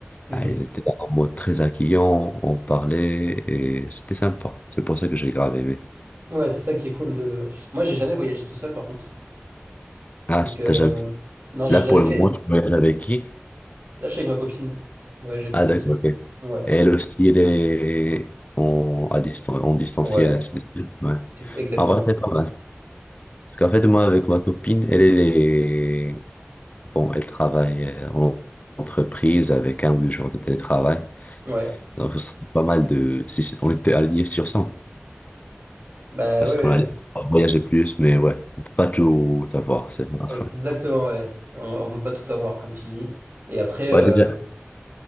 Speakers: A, on the right; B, on the left.
A: Mhm.
B: Ah, ils étaient en mode très accueillant, on parlait et c'était sympa. C'est pour ça que j'ai grave aimé.
A: Ouais, c'est ça qui est cool de. Moi, j'ai jamais voyagé tout seul, par contre.
B: Ah,
A: Donc, euh...
B: t'as jamais.
A: non, j'ai
B: Là,
A: jamais
B: pour
A: fait.
B: le moment, tu voyages avec qui?
A: Là, je suis avec ma copine. Ouais, j'ai avec
B: Ah,
A: ma copine.
B: d'accord, ok. Et
A: Ouais.
B: elle aussi, elle est en, à distan en distanciel,
A: Ouais.
B: ainsi de suite. Ouais.
A: E- Exactement.
B: En vrai, c'est pas mal. Parce qu'en fait, moi, avec ma copine, elle, elle est Bon, elle travaille euh, en entreprise avec un ou deux jours de télétravail.
A: Ouais.
B: Donc, ce serait pas mal de, si c- on était aligné sur ça
A: Bah,
B: parce
A: ouais, ouais.
B: qu'on allait
A: ouais.
B: voyager plus, mais ouais, on peut pas tout avoir, c'est ça.
A: Exactement,
B: <laughs>
A: ouais. On, on peut pas tout avoir, comme tu dis. Et après, euh...
B: Ouais, déjà.